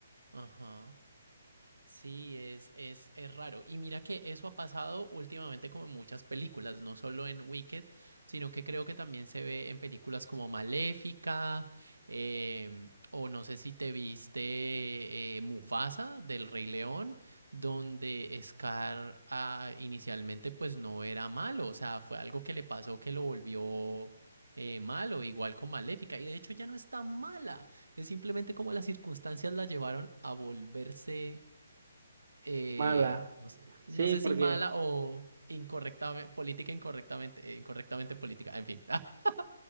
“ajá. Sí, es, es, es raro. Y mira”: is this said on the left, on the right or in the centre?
Right